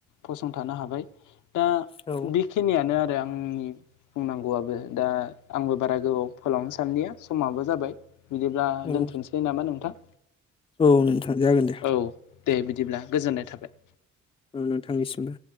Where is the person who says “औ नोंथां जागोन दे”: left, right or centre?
Left